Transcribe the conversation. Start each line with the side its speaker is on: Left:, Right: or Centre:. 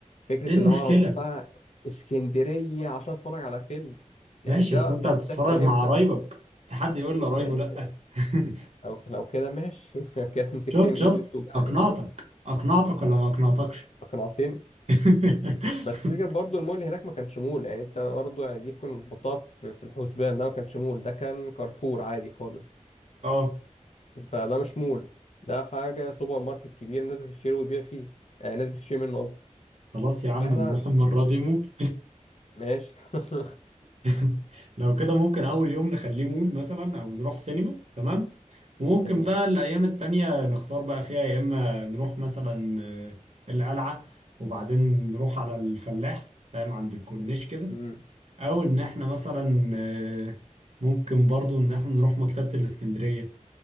Left: فكرة
Right: ايه المشكلة
Left: اللي هو أروح بقى اسكندرية عشان أتفرج على فيلم يعني
Right: ماشي
Left: ده
Right: بس انت
Left: تح-
Right: هتتفرج
Left: تحصل
Right: مع
Left: إمتى؟
Right: قرايبك في حد يقول لقرايبه
Left: ماشي
Right: لأ <laughs>
Left: لو لو كده ماشي <laughs> كده مسكتني
Right: شفت
Left: من
Right: شفت
Left: إيدي اللي بتوجعني
Right: أقنعتك أقنعتك ولا ما أقنعتكش
Left: أقنعتني
Right: <laughs>
Left: بس فكرة برضو المول هناك ما كانش مول يعني أنت برضو يعني دي كنا نحطها في في الحسبان ده ما كانش مول ده كان كارفور عادي خالص
Right: اه
Left: فده مش مول ده حاجة سوبر ماركت كبير الناس بتشتري وتبيع فيه آه الناس بتشتري منه قصدي
Right: خلاص يا عم
Left: إحنا
Right: نروح المرة دي مول
Left: ماشي <laughs>
Right: <laughs> لو كده ممكن أول يوم نخليه مول مثلا أو نروح سينما تمام وممكن
Left: جميل
Right: بقى الأيام التانية نختار بقى فيها يا إما نروح مثلا آه، القلعة وبعدين نروح على الفلاح فاهم عند الكورنيش كده
Left: مم.
Right: أو إن إحنا مثلا آه، ممكن برضو إن إحنا نروح مكتبة الإسكندرية